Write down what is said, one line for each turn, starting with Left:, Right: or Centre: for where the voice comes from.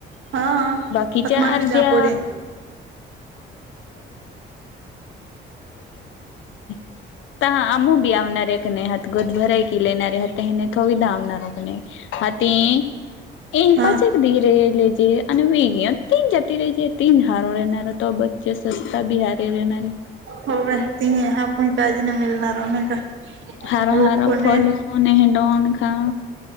Right: हा
Left: बाकीच्या
Right: पतमान
Left: अर्ध्या.
Right: बी जापोडे
Left: <unintelligible> <unintelligible> ए
Right: हा
Left: पाचक ीरे ललेजे आणि वीग तीन जाती रहिज तीन झार राहणार त बच्च स्वता बिहारी राहणारे
Right: हो त आपण काळजी नाही मिळणारह ना का
Left: हारा
Right: वो
Left: हारा
Right: कोने
Left: फलूनून हेडन का